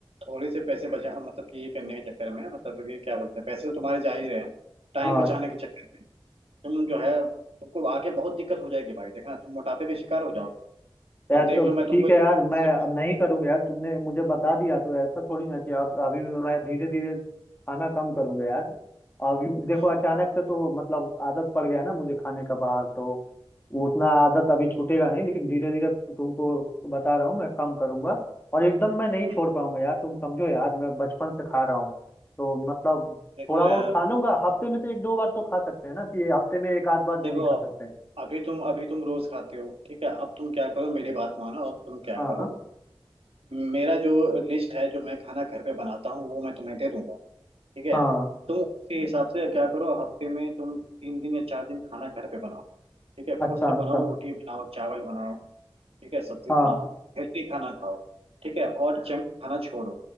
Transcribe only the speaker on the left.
हाँ
यार
तो
ठीक
है यार मैं अब नहीं करूंगा यार तुमने मुझे बता दिया तो ऐसा थोड़ी ना कि अब अभी भी मैं धीरे धीरे खाना कम करूंगा यार अब यू- देखो
अचानक से तो मतलब आदत पड़ गया ना मुझे खाने का बाहर तो वो उतना आदत अभी छूटेगा नहीं लेकिन धीरे धीरे तुमको बता रहा हूँ मैं कम करूंगा और एकदम मैं नहीं छोड़
पाऊंगा यार तुम समझो यार मैं बचपन से खा रहा हूँ तो मतलब
थोड़ा बहुत
खा लूंगा हफ्ते में तो एक दो बार तो खा सकते हैं ना कि हफ्ते में एक आध बार भी
नहीं खा सकते
हाँ
हाँ
अच्छा
अच्छा
हाँ